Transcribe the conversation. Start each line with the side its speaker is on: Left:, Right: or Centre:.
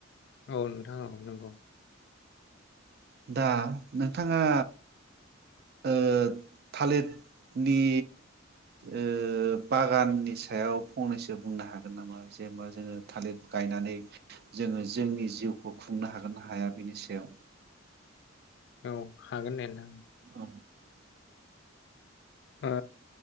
Left: औ नोंथां औ नंगौ।
Right: दा नोंथाङा ओ थालिरनि ओ बागाननि सायाव फंनैसो बुंनो हागोन नामा जेनेबा जोङो थालिर गायनानै जोङो जोंनि जिउखौ खुंनो हागोना हाया बिनि सायाव
Left: औ हागोन दे नोंथां।
Right: औ
Left: ओ